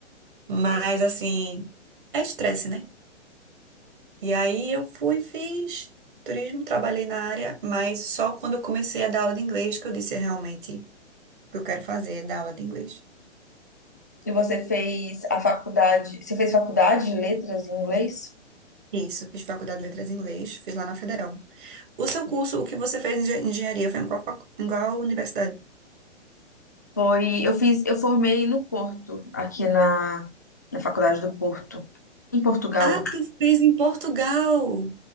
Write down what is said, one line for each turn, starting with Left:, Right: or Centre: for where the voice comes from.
Right: Mas assim, é estresse, né? E aí eu fui, fiz turismo, trabalhei na área, mas só quando eu comecei a dar aula de inglês que eu disse "É realmente o que eu quero fazer, é dar aula de inglês.
Left: E você fez a faculdade, você fez faculdade de letras em inglês?
Right: Isso, fiz faculdade de letras em inglês, fiz lá na Federal. O seu curso, o que você fez em engen- engenharia, foi em qual, facu- em qual universidade?
Left: Foi, eu fiz, eu formei no Porto, aqui na, na Faculdade do Porto, em Portugal.
Right: Ah, tu fez em Portugal!